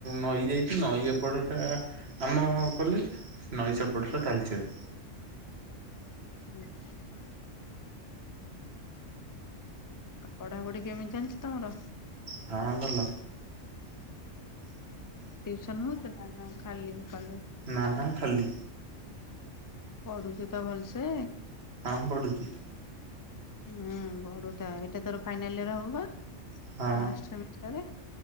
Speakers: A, on the right (about 55°); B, on the left (about 25°).
A: ନଈ ଯାଇଛି ନଈ ଏପଟଟା। ଆମ କଲେଜ ନଈ ସେପଟଟା ତାଳଚେର।
B: <inaudible> ପଢାପଢି କେମିତି ଚାଲିଛି ତମର।
A: ହଁ ଭଲ।
B: ଟିଉସନ ହଉଛ ନା ଖାଲି। କଲେଜ
A: ନା ଖାଲି।
B: ପଢୁଛୁ ତ ଭଲସେ?
A: ହଁ ପଢୁଛି।
B: ହୁଁ ପଢୁଥା ତ ଏଇଟା ତୋର ଫାଇନାଲରେ ହବ ବା।
A: ହଁ
B: ଲାଷ୍ଟ ସେମିଷ୍ଟର।